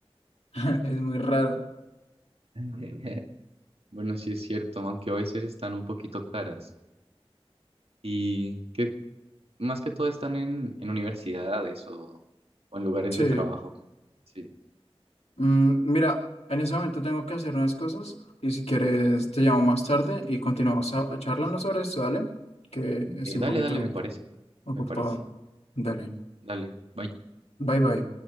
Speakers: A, on the left; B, on the right.
A: <laughs> Es muy raro.
B: <laughs> Bueno, sí es cierto, aunque a veces están un poquito caras. ¿Y qué, más que todo están en, en universidades o, o en lugares
A: Sí.
B: de trabajo. Sí.
A: Mm, mira, en ese momento tengo que hacer unas cosas y si quieres te llamo más tarde y continuamos a- charlando sobre esto, ¿vale? Que estoy
B: Eh, dale,
A: un poquito
B: dale, me parece.
A: ocupado.
B: Me parece.
A: Dale.
B: Dale, bye.
A: Bye bye.